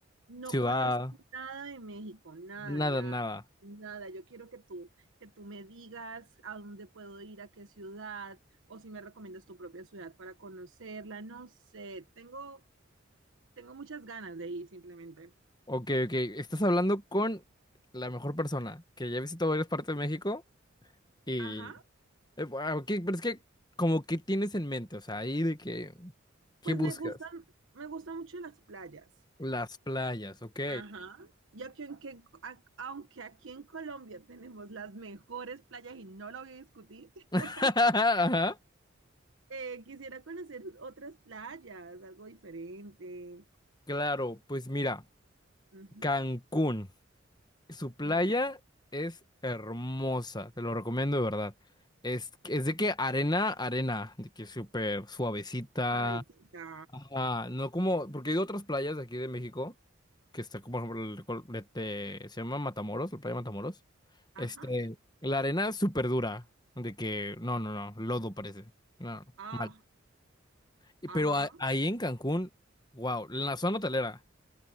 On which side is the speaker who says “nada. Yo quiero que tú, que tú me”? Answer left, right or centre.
Right